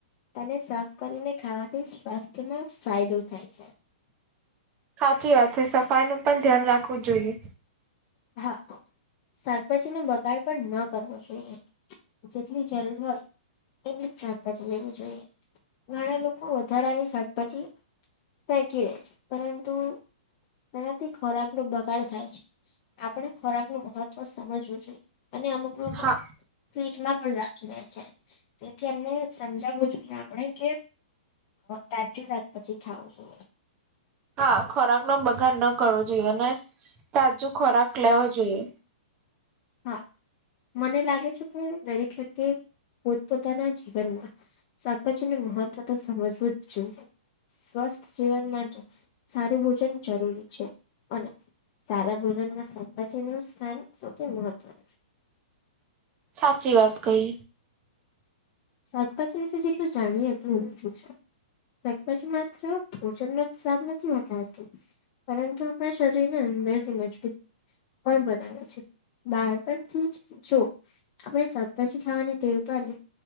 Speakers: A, on the left (about 35°); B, on the right (about 25°).
A: તેને સાફ કરીને ખાવાથી સ્વાસ્થ્યમાં ફાયદો થાય છે.
B: સાચી વાત છે સફાઈ નું પણ ધ્યાન રાખવું જોઈએ.
A: હા શાકભાજી નો બગાડ પણ ન કરવો જોઈએ. જેટલી જરૂર હોય એમની જ શાકભાજી લેવી જોઈએ. ઘણા લોકો વધારાની શાકભાજી. ફેકી દે છે પરંતુ તેનાથી ખોરાકનો બગાડ થાય છે. આપણે ખોરાક નું મહત્વ સમજવું જોઈએ અને અમુક લોકો.
B: હા
A: ફ્રીજમાં પણ રાખી દે છે તેથી અમને. સમજાવવું જોઈએ આપણે કે કાજું શાક પછી ખાવું જોઈએ.
B: હા ખોરાક નો બગાડ ન કરવો જોઈએ અને તાજો ખોરાક લેવો જોઈએ.
A: હા. મને લાગે છે કે દરેક વ્યક્તિ પોતપોતાના જીવનમાં શાકભાજી નું મહત્વ તો સમજવું જ જોઈએ સ્વસ્થ જીવન માટે. સારું ભોજન જરૂરી છે અને સારા ભોજનમાં પછી નું સ્થાન સૌથી મહત્વનું છે.
B: સાચી વાત કહી.
A: શાકભાજીી વિશે જેટલું જાણીએ એટલુંજું છે. શક પછી માત્ર ભોજન નો જ સ્વાદ નથી વધારતી પરંતુ આપણા શરીર ને અંદર થી મજબૂત પણ બનાવે છે બહાર પણ થી જ જો આપડણે શાકભાજી ખાવાની ટેવ પડે.